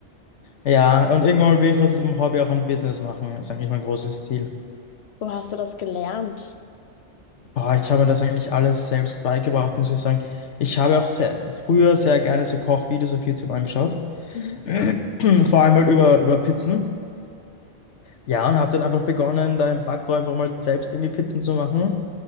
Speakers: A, on the left (about 80°); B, on the left (about 65°).
A: Ja, und irgendwann will ich aus diesem Hobby auch ein Business machen. ist eigentlich mein großes Ziel.
B: Wo hast du das gelernt?
A: Boah, ich habe mir das eigentlich alles selbst beigebracht, muss ich sagen. Ich habe auch sehr, früher sehr gerne so Kochvideos auf YouTube angeschaut.
B: Mhm.
A: <clears throat> Vor allem halt über, über Pizzen. Ja, und habe dann einfach begonnen, da im Backrohr einfach mal selbst irgendwie Pizzen zu machen.